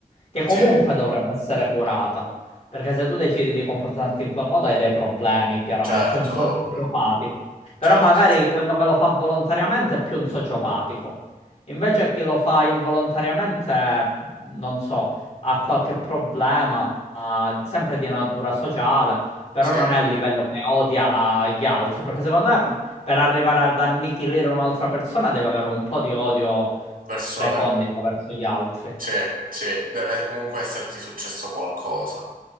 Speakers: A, on the left (about 45°); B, on the right (about 70°).
A: che comunque
B: Sì,
A: dovrebbe essere curata, perché se tu decidi di comportarti in quel modo hai dei problemi, chiaramente,
B: certo,
A: sei un sociopatico.
B: ovvio.
A: Però
B: Certo,
A: magari quello che lo fa volontariamente è più un sociopatico. Invece chi lo fa involontariamente, non so, ha qualche problema, ma sempre di natura sociale, però
B: sì.
A: non è a livello che odia la- gli altri, perché secondo me per, per arrivare ad annichilire un'altra persona deve avere un po' di odio
B: Verso
A: recondito
B: le...
A: verso gli altri.
B: Sì, sì, deve comunque esserti successo qualcosa.